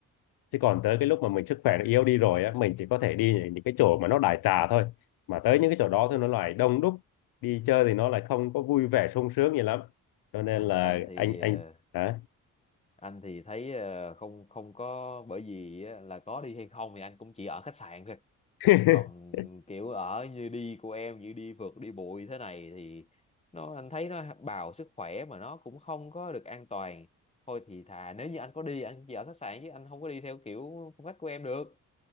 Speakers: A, on the left; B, on the left.
A: chứ còn tới cái lúc mà mình sức khỏe nó yếu đi rồi á mình chỉ có thể đi những những cái chỗ mà nó đại trà thôi mà tới những cái chỗ đó thì nó lại đông đúc đi chơi thì nó lại không có vui vẻ sung sướng gì lắm cho nên
B: rồi
A: là
B: anh thì
A: anh anh
B: ờ,
A: hả
B: anh thì thấy ờ, không không có bởi vì á, là có đi hay không thì anh cũng chỉ ở khách sạn thôi
A: <laughs>
B: còn kiểu ở như đi của em như đi phượt đi bụi thế này thì nó anh thấy nó bào sức khỏe mà nó cũng không có được an toàn thôi thì thà nếu như anh có đi anh chỉ ở khách sạn chứ anh không có đi theo kiểu phong cách của em được